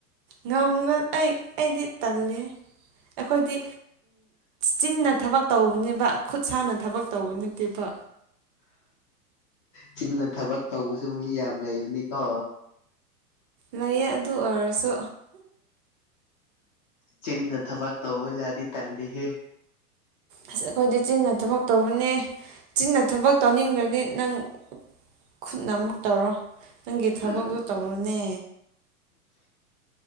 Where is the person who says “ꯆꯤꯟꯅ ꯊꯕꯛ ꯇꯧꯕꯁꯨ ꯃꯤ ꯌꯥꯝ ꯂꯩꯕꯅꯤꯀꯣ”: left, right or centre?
Left